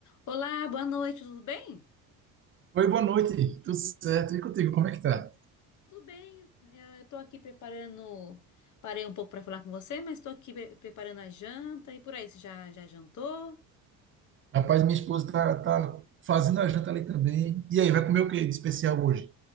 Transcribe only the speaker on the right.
Oi, boa noite. Tudo certo? E contigo, como é que tá?
Rapaz, minha esposa tá, tá fazendo a janta ali também. E aí, vai comer o que de especial hoje?